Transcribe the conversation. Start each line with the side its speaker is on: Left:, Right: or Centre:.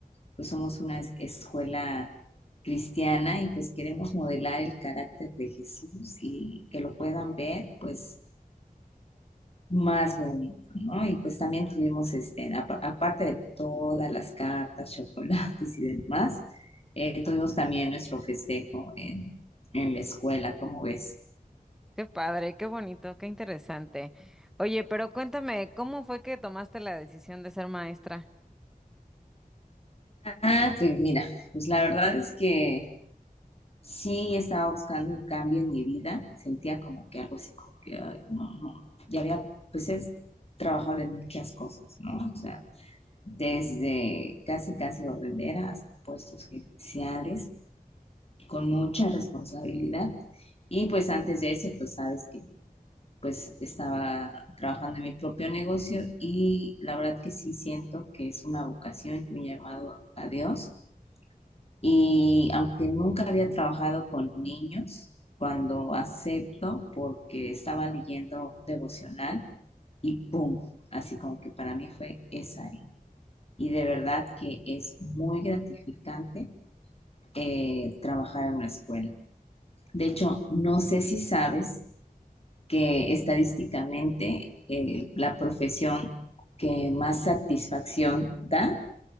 Left: pues somos una es- escuela cristiana y pues queremos modelar el carácter de Jesús y que lo puedan ver, pues más bonito, ¿no? Y pues también tuvimos, este, apa- aparte de todas las cartas, chocolates y demás, eh, tuvimos también nuestro festejo en, en la escuela, ¿cómo ves?
Centre: Qué padre, qué bonito, qué interesante. Oye, pero cuéntame, ¿cómo fue que tomaste la decisión de ser maestra?
Left: Ah, pues mira, pues la verdad es que sí estaba buscando un cambio en mi vida, sentía como que algo así, como que, ay, no, no, ya había, pues he trabajado en muchas cosas, ¿no? O sea, desde casi, casi barrendera hasta puestos gerenciales con mucha responsabilidad. Y pues antes de eso, pues sabes que pues estaba trabajando en mi propio negocio y la verdad que sí siento que es una vocación y un llamado a Dios. Y aunque nunca había trabajado con niños, cuando acepto, porque estaba leyendo un devocional y ¡pum! Así como que para mí fue esa ahí. Y de verdad que es muy gratificante eh, trabajar en una escuela. De hecho, no sé si sabes que estadísticamente eh, la profesión que más satisfacción da